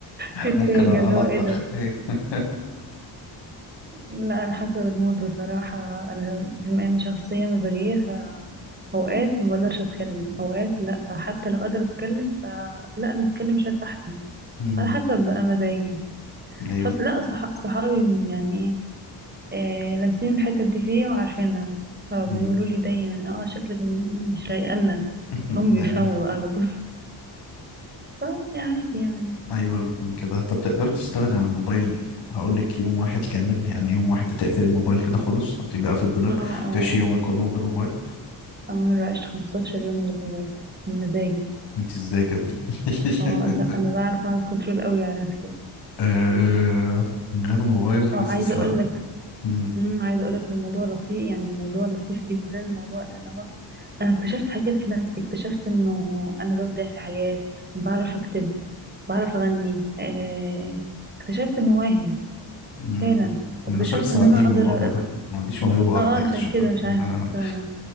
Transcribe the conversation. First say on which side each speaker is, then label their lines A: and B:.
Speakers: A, on the right; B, on the left.
A: تتفاجئ
B: ممكن ألطخ
A: اللي هو ايه ده
B: أيوه <laughs>
A: لا انا حسب المود بصراحة انا بما اني شخصية مزاجية ف اوقات ما بقدرش اتكلم اوقات لا حتى لو قادرة اتكلم فلا انا اتكلم شات احسن
B: أمم،
A: على حسب بقى مزاجي
B: أيوه
A: فص لا صح... صحابي يعني ايه آه لامسين الحتة دي فيا وعارفينها فبيقولوا
B: أمم،
A: لي دايما اه شكلك م- مش رايقة لنا
B: <laughs>
A: فهم بيفهموا
B: أيوه
A: بقى على طول <laughs> فا عادي يعني
B: ايوه الاتنين كده طب تقدري تستغني عن الموبايل هقول لك يوم واحد كامل يعني يوم واحد تقفلي الموبايل كده خالص تحطيه بقى في الدولاب
A: اه اه اه
B: تعيشي يومك كله من غير موبايل
A: انا مرة عشت 15 يوم من غير موبايل بمزاجي
B: انت ازاي كده <laughs>
A: اه لا انا بعرف اعمل كنترول قوي على نفسي
B: آه، من غير موبايل حاسس
A: وعايزه
B: لا
A: اقول لك
B: مم.
A: امم عايزه اقول لك الموضوع لطيف يعني الموضوع لطيف جدا الموضوع اللي هو انا اكتشفت حاجات في نفسي اكتشفت انه انا ببدع في حاجات بعرف اكتب بعرف اغني آه، اكتشفت مواهب
B: مم.
A: فعلا واكتشفت
B: انا شخص
A: ان
B: عديم
A: انا اقدر
B: الموهبه ما عنديش موهبه واحده
A: اه آه،
B: اكتشفها
A: عشان كده مش
B: انا
A: عارفه استغنى